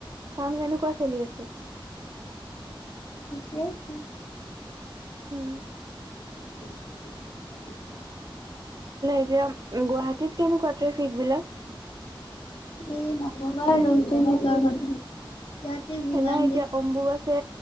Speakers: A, on the right (about 45°); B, on the left (about 75°).
A: কাম কেনেকুৱা চলি আছে
B: ঠিকে আছে <unintelligible>
A: উম। এতিয়া গুৱাহাটীত কেনেকুৱা ট্ৰেফিক বিলাক
B: এ নকবা আৰু ট্ৰেফিকৰ কথা ইয়াতে
A: সে
B: যিমান
A: নাই এতিয়া
B: বেছি
A: অম্বুবাছে